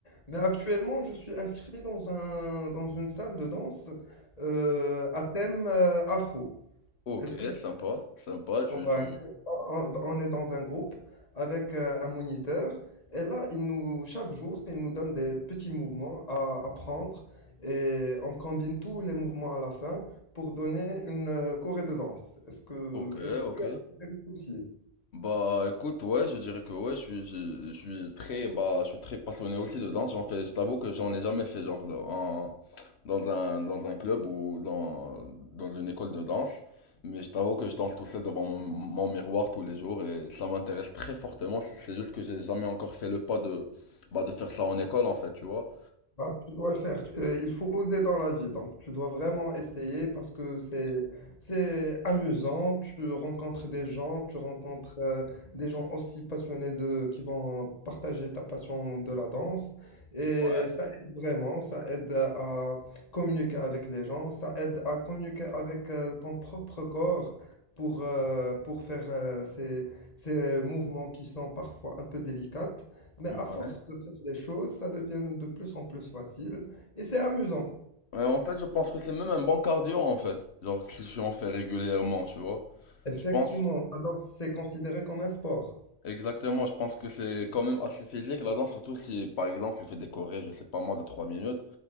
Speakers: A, on the left; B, on the left.
A: mais actuellement je suis inscrit dans un dans une salle de danse euh, à thème euh, afro.
B: Ok,
A: Est-ce que
B: sympa, sympa. Tu,
A: Ouais.
B: tu...
A: On on est dans un groupe avec euh, un moniteur et là, il nous, chaque jour, il nous donne des petits mouvements à apprendre et on combine tous les mouvements à la fin pour donner une euh, choré de danse. Est-ce que,
B: Ok,
A: est-ce que
B: ok.
A: tu as aussi?
B: Bah écoute ouais je dirais que ouais je suis je, je suis très bah je suis très passionné aussi de danse j'en fais je t'avoue que j'en ai jamais fait genre dans en- dans un dans un club ou dans dans une école de danse mais je t'avoue que je danse tout seul devant mon, mon miroir tous les jours et ça m'intéresse très fortement c'est c'est juste que j'ai jamais encore fait le pas de bah de faire ça en école en fait tu vois
A: Bah, tu dois le faire. Tu- euh, il faut oser dans la vie. Donc, tu dois vraiment essayer parce que c'est c'est amusant. Tu rencontres des gens, tu rencontres euh, des gens aussi passionnés de qui vont partager ta passion de la danse. Et
B: ouais
A: ça aide vraiment. Ça aide à à communiquer avec les gens. Ça aide à communiquer avec euh, ton propre corps pour euh, pour faire euh, ces ces mouvements qui sont parfois un peu délicats. Mais
B: ouais
A: à force de faire les choses, ça devient de plus en plus facile et c'est amusant.
B: Ouais, en fait je pense que c'est même un bon cardio en fait genre si j'en fais régulièrement tu vois
A: Effectivement,
B: je pense
A: alors c'est considéré comme un sport.
B: Exactement, je pense que c'est quand même assez physique la danse, surtout si par exemple tu fais des chorés, je sais pas moi, de 3 minutes.